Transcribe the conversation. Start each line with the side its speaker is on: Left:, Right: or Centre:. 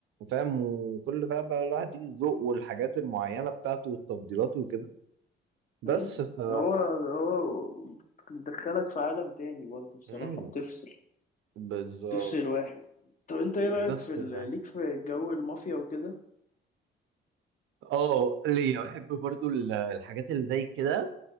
Right: فاهم وكل بقى بقى الواحد ليه الذوق والحاجات المعينة بتاعته والتفضيلات وكده بس
Left: مم.
Right: ف
Left: هو هو بتدخلك في عالم تاني برضه الصراحة
Right: مم،
Left: بتفصل
Right: بالظبط
Left: بتفصل واحد طب انت ايه رأيك
Right: بس
Left: في ال-
Right: بقى.
Left: ليك في جو المافيا وكده
Right: اه ليا بحب برضو ال- الحاجات اللي زي كده